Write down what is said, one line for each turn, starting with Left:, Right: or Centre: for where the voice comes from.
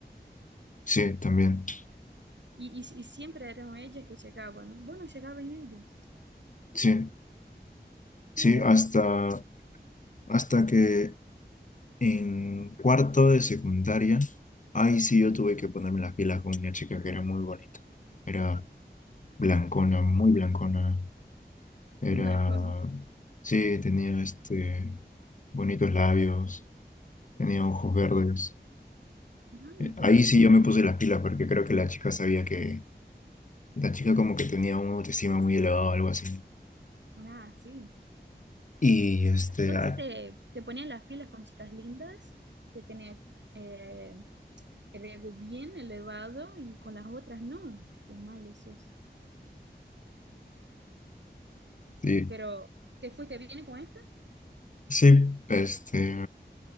Left: sí, también.
Right: Y, y, y siempre eran ellas que llegaban, ¿no? Vos no llegabas en ellas.
Left: Sí, sí,
Right: Mira.
Left: hasta, hasta que en cuarto de secundaria, ahí sí yo tuve que ponerme las pilas con una chica que era muy bonita. Era blancona, muy blancona. Era,
Right: Blancona.
Left: sí, tenía este bonitos labios, tenía ojos verdes.
Right: Ah,
Left: Eh,
Right: qué
Left: Ahí
Right: linda.
Left: sí yo me puse las pilas porque creo que la chica sabía que la chica como que tenía una autoestima muy elevada o algo así.
Right: Ah, sí.
Left: Y este,
Right: Entonces
Left: ah,
Right: te, te ponían las pilas con chicas lindas que tenían eh, el ego bien elevado y con las otras no. Qué mal eso.
Left: sí,
Right: Pero, ¿te fuiste bien con esta?
Left: sí, este,